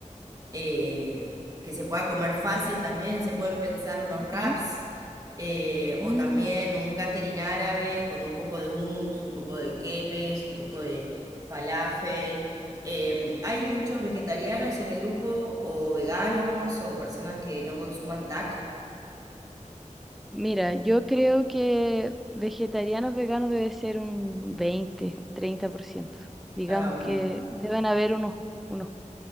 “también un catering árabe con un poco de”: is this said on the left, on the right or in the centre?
Right